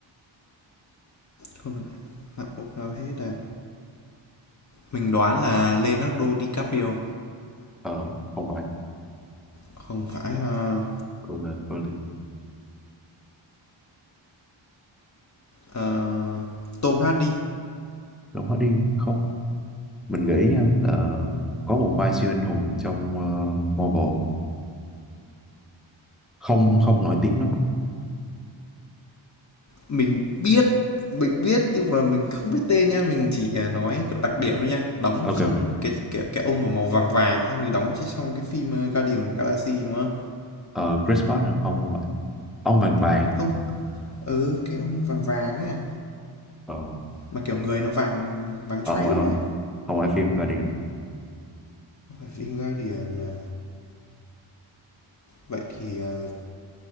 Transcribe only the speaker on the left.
không được hạng mục nào hết à mình đoán là leonardo dicaprio
không phải ờ,
ờ, tom hardy
mình biết mình biết nhưng mà mình không biết tên nha mình chỉ ờ, nói kiểu đặc điểm thôi nha đóng
trong
cái cái cái ông mà màu vàng vàng xong thì đóng trong cái phim ờ, Guardian of Galaxy đúng không
không ừ cái ông vàng vàng ấy à
mà kiểu người nó vàng vàng
chóe
nữa
phim Guardian à Vậy thì, ờ,